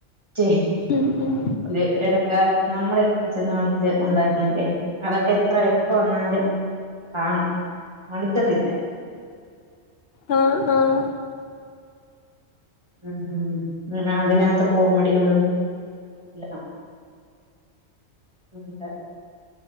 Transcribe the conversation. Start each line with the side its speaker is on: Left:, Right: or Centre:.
Right: <unintelligible>
Left: ഉം ഉം
Right: ഒരു ഇടക്കാലത്ത് നമ്മുടെക്കെ കൊച്ചുന്നാൾ ഉണ്ടായിരുന്നല്ലേ അതൊക്കെ എത്ര ഇപ്പ വന്നാലും കാണാം മടുക്കത്തില്ല
Left: ആഹ ആഹ
Right: ഉ ഹം അതിനകത്ത്‌ കോമഡികളും എല്ലാം ഉണ്ട്